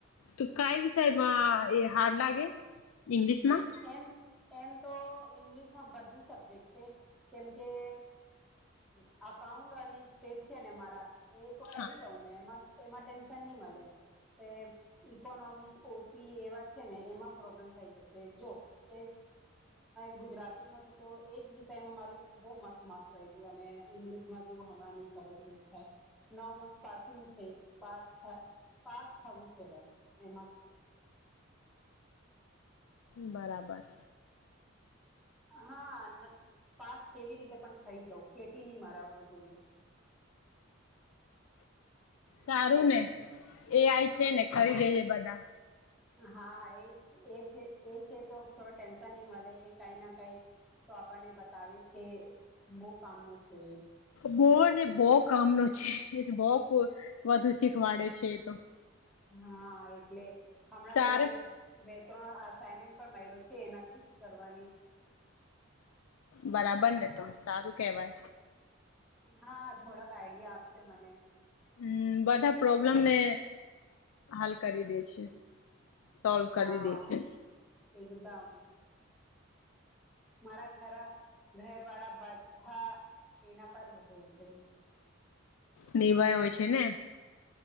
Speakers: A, on the left; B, in the centre.
A: તું કઈ વિષયમાં એ હાર્ડ લાગે ઇંગ્લિશ માં
B: એમ એમ તો ઈંગ્લિશમાં બધું સબ્જેક્ટ છે કેમકે અઉન્ટ અને સ્ટેટ છે ને મારા એ તો કરી
A: હા
B: લઉં મે એમાંન્ નહી મળે પ ઇકોનોમિકસ ઓસી એવા છે ને એમાં પ્રોબ્લેમ થઈ જશે જો એ ગુજરાતીમાંથી તો એજ વિષયમાં મારું બહ મસ્ત માર્ક્સ આવ્યું અને ઈંગ્લિશમાં જો હમણાં નહી ખબર શ સુ થાય ન માર્સ પાસિંગ છે પાસ પાસ થવું છે બસ એમાં
A: બરાબર
B: હા પાસ કેવી રીતે પણ થઇ જાવ કેટી નહી મરાવવું જોઈએ
A: સારું ને એ આઈ છે ને ખ દેજે બધા
B: હા એ છે તો ટેન્શન નહી મળે એ કઈ ના કઈ તો આપણને બતાવે છે બહ કામનો છે
A: બહ ને બહ કામનો છે બહ વધુ શીખવાડે છે તો
B: હા એટલે હમણાં
A: સાર
B: તો બે ત્રણ અમેન્ટ પણ માડો છે એનાથી કરવાની
A: બરાબર ને તો સારું કેવાય
B: હા થોડાક આઈડિયા આપશે મને
A: હમ બધા પ્રોબ્લેમ ને હાલ કરી દે છે સોલ્વ
B: હા
A: કરી દે છે
B: એકદમ મારા ઘર ઘર વાળા બધા એના પર હોય છે
A: નિર્ભય હોય છે ને